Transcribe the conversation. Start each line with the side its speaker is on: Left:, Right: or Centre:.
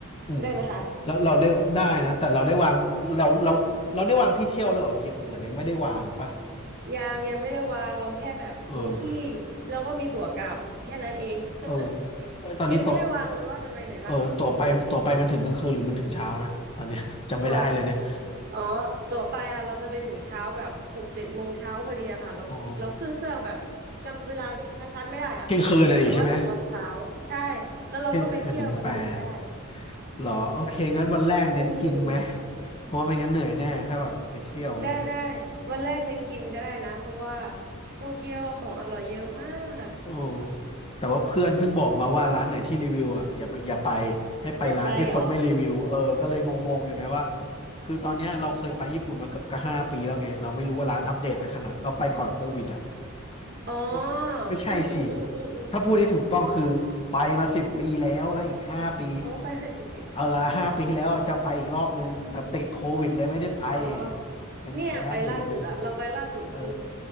Left: อืม
Right: ได้ไหมคะ
Left: แล้วเราได้ได้นะแต่เราได้วางเราเราเราได้วางที่เที่ยวแล้วเหรอกิฟต์เหมือนยังไม่ได้วางปะ
Right: ยังยังไม่ได้วางเราแค่แบบมีที่แล้วก็มีตั๋วกลับแค่นั้นเอง
Left: เออเออเอยตอนนี้ตั๋ว
Right: <laughs> ยังไม่ได้วางเลยว่าจะไปไหนบ้างอืม
Left: เออตั๋วไปตั๋วไปมันถึงกลางคืนหรือมันถึงเช้านะตอนเนี้ย <laughs> จำไม่ได้เลยเนี่ย
Right: ตั๋วอ๋อตั๋วไปอ่ะเราจะไปถึงเช้าแบบหกเจ็ดโมงเช้าพอดีอะค่ะเราเราขึ้นเครื่องแบบจำเวลา
Left: อ๋อ
Right: ชัดๆไม่ได้อ่ะ
Left: เที่ยงคืนน่ะดิใช่ไหม
Right: แต่ว่าถึงตอนเช้าใช่แล้วเราก็ไปเที่ยวกันเลยได้
Left: เที่ยงคืนถึงแปดหรอโอเคงั้นวันแรกเน้นกินไหม
Right: อืม
Left: เพราะว่าไม่งั้นเหนื่อยแน่ถ้าแบบไปเที่ยวอย่างเงี้ย
Right: ได้ได้วันแรกเน้นกินก็ได้นะเพราะว่าโตเกียวอะของอร่อยเยอะมาก
Left: โอ้แต่ว่าเพื่อนเพิ่งบอกมาว่าร้านไหนที่รีวิวอ่ะอย่าไปอย่าไปให้ไปร้านที่คนไม่รีวิวเออก็เลยงงๆอยู่ไงว่า
Right: อยากไปเหรอ
Left: คือตอนเนี้ยเราเคยไปญี่ปุ่นมาเกือบกห้าปีแล้วไงเราไม่รู้ว่าร้านอัปเดตไปขนาดเราไปก่อนโควิดอ่ะ
Right: อ๋อ
Left: ไม่ไม่ใช่สิ
Right: อืมอืมอืมอืมอืม
Left: ถ้าพูดได้ถูกต้องคือไปมาสิบปีแล้วแล้วอีกห้าปี
Right: โอ้ไปไปสิ
Left: เออห้าปีที่แล้วอะจะไปอีกรอบนึงแต่ติดโควิดเลยไม่ได้ไปเนี่ย
Right: อ๋อ
Left: ยังแค้นอยู่เลย
Right: เนี่ยไปล่าสุดอะเราไปล่าสุดคือ
Left: เออ